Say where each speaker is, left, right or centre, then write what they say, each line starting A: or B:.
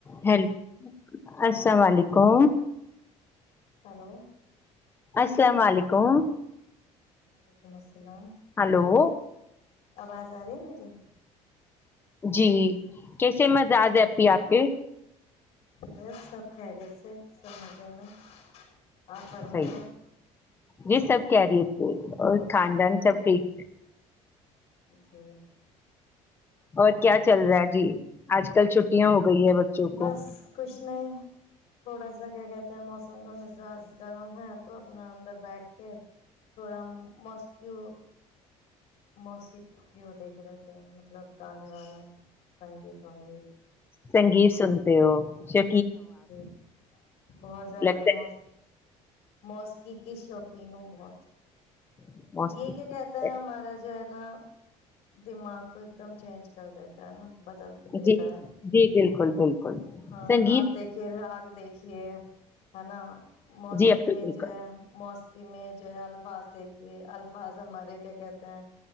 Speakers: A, on the left; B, on the left.
A: Hello السلام علیکم
B: hello <unintelligible>
A: السلام علیکم
B: وعلیکم السلام ہیلو
A: ہلو
B: آواز آ رہی میرریے
A: جی کیسے مزاج
B: جی
A: ہے اھی آپ کے
B: بس سب خیریت سے سب مجے میں۔ آپ فرمائیں۔
A: صحیح جی سب خیریت تھی اور خاندان سب ٹھیک۔
B: جی۔ <unintelligible>
A: اور کیا چل رہا ہے جی آج کل چھٹیاں ہو۔ گئی ہے بچوں
B: بس
A: کو
B: کچھ نہیں۔ تھوڑا سا کیا کہتے ہیں موسم کا مزاج گرم ہے تو اپنا اندر بیٹھ کے تھوڑا مسکیو۔ موسیقی کی وہ دیکھ رہے تھے مطلب گانے وانے۔ سنگیت ونگیت
A: سنگیت سنتے ہو۔ شو۔
B: جی بہت زیادہ
A: لگتا
B: مست۔ موسکی کس شوقیون ہوں بہت۔
A: ہے موسیقی
B: یہ کیا کہتے ہیں ہمارا۔ جو ہے نا۔ دماغ کو ایک دم چینج۔ کر دیتا ہے نا۔ بدل کے دیتا
A: جی
B: ہے
A: جی بالکل بالکل
B: ہاں
A: سنگیت
B: آپ دیکھیے آگ دیکھیے۔ یے۔ ہے نا موسیکی
A: جی اپی
B: میں
A: بالکل
B: جو ہے موسک کہ میں جو ہے الفاظ دیکھ۔ کہ الفاظ ہمارے کیا کہتے ہیں